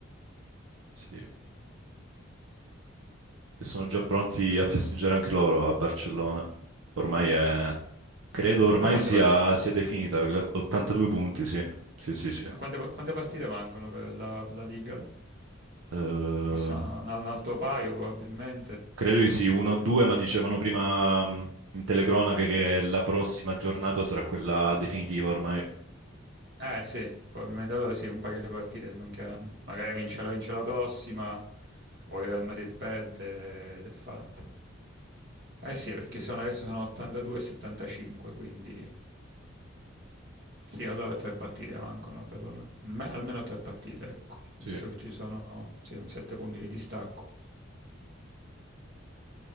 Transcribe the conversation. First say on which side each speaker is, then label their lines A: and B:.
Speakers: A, on the right; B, on the right.
A: sì. E sono già pronti a festeggiare anche loro a Barcellona. Ormai è... Credo ormai
B: Ormai quante,
A: sia,
B: par-
A: sia definita, 82 punti, sì, sì, sì, sì.
B: quante- quante partite mancano per la, per la Liga?
A: Eh,
B: Forse un, un altro paio probabilmente.
A: Credo di sì, uno o due, ma dicevano prima mh, in telecronache che la prossima giornata sarà quella definitiva ormai.
B: Eh sì, probabilmente allora sì, un paio di partite mancheranno. Magari vince la, vince la prossima o il Real Madrid perde ed è fatta. Eh sì, perché sono, adesso sono 82 e 75, quindi sì, allora tre partite mancano, perlomeno, me- almeno tre partite, ecco, visto
A: Sì.
B: che ci sono sì, un 7 punti di distacco.